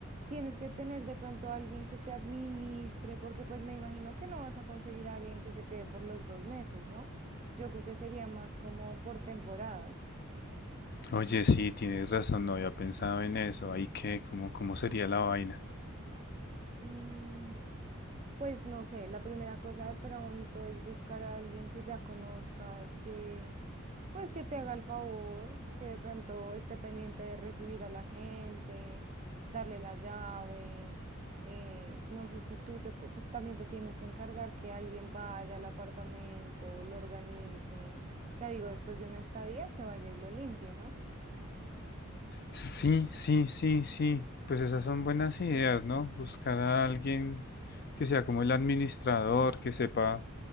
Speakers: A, on the right; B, on the left.
A: tienes que tener de pronto a alguien que te administre, porque pues me imagino que no vas a conseguir a alguien que se quede por los dos meses, ¿no? Yo creo que sería más como por temporadas.
B: Oye, sí, tienes razón, no había pensado en eso. Ahí qué, cómo, cómo sería la vaina.
A: Mm, Pues no sé, la primera cosa de pronto es buscar a alguien que ya conozcas, que pues que te haga el favor, que de pronto esté pendiente de recibir a la gente, darle la llave. eh, no sé si tú te, pu- pues también te tienes que encargar que alguien vaya al apartamento, lo organice. O sea, digo, después de una estadía que vaya y lo limpie, ¿no?
B: Sí, sí, sí, sí. Pues esas son buenas ideas, ¿no? Buscar a alguien que sea como el administrador, que sepa